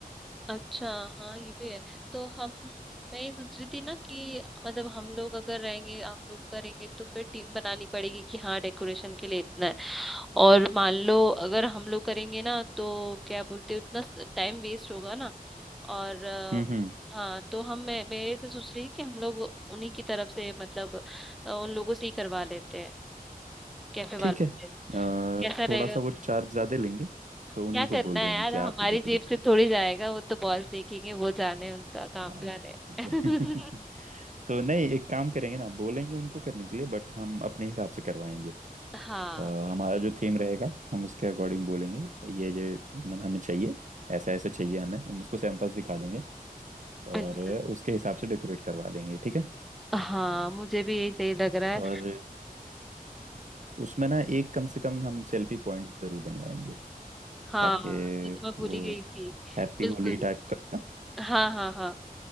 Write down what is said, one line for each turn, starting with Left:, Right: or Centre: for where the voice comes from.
Centre: अच्छा हाँ ये भी है तो हम मैं ये सोच रही थी ना कि मतलब हम लोग अगर रहेंगे हम लोग करेंगे तो फिर टीम बनानी पड़ेगी कि हाँ डेकोरेशन के लिए इतना है और मान लो अगर हम लोग करेंगे ना तो क्या बोलते हैं, उतना टाइम वेस्ट होगा ना और अ,
Right: हम्म
Centre: हाँ तो हम मैं मेरे से सोच रही कि हम लोग उन्हीं की तरफ से मतलब अ, उन लोगों से ही करवा लेते हैं कैफे वालों
Right: ठीक है
Centre: से
Right: अ,
Centre: कैसा रहेगा
Right: थोड़ा सा वो चार्ज ज्यादा लेंगे तो उन्हीं
Centre: क्या करना
Right: को बोल
Centre: है
Right: देंगे
Centre: यार
Right: कि
Centre: हमारी
Right: आप ही डेकोरेट
Centre: जेब से
Right: करें
Centre: थोड़ी जाएगा वो तो बॉस देखेंगे वो जाने उनका काम
Right: हाँ
Centre: जाने
Right: ये भी ठीक
Centre: <laughs>
Right: है <laughs> तो नहीं एक काम करेंगे ना बोलेंगे उनको करने के लिए बट हम अपने हिसाब से करवाएंगे
Centre: हाँ
Right: अ, हमारा जो थीम रहेगा हम उसके अकॉर्डिंग बोलेंगे ये ये मन हमें चाहिए ऐसा ऐसा चाहिए हमें हम उसको सैंपल्स दिखा देंगे और
Centre: बिल्कुल
Right: उसके हिसाब से डेकोरेट करवा लेंगे ठीक है
Centre: हाँ मुझे भी यही सही लग रहा है
Right: और उसमें ना एक कम से कम हम सेल्फी पॉइंट जरूर बनवाएंगे
Centre: हाँ
Right: ताकि
Centre: ये तो मैं भूल
Right: वो
Centre: ही गई थी
Right: हैप्पी
Centre: बिल्कुल
Right: होली टाइप का
Centre: हाँ हाँ हाँ